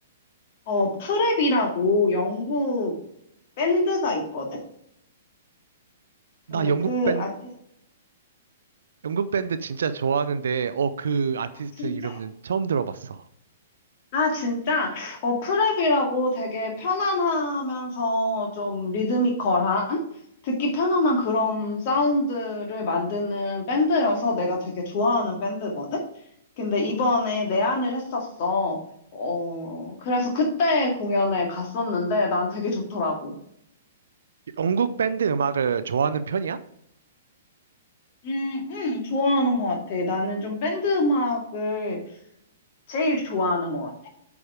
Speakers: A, on the left (about 40°); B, on the right (about 60°).
A: 어, 프랩이라고 영국 밴드가 있거든?
B: 나
A: 근데
B: 영국
A: 그
B: 밴드,
A: 아티,
B: 영국 밴드 진짜 좋아하는데, 어, 그 아티스트
A: 진짜?
B: 이름은 처음 들어봤어.
A: 아, 진짜? 어, 프랩이라고 되게 편안하면서 좀 리드미컬한, 듣기 편안한 그런 사운드를 만드는 밴드여서 내가 되게 좋아하는 밴드거든? 근데 이번에 내한을 했었어. 어, 그래서 그때 공연에 갔었는데 난 되게 좋더라고.
B: 영국 밴드 음악을 좋아하는 편이야?
A: 음, 음, 좋아하는 것 같아. 나는 좀 밴드 음악을 제일 좋아하는 것 같아.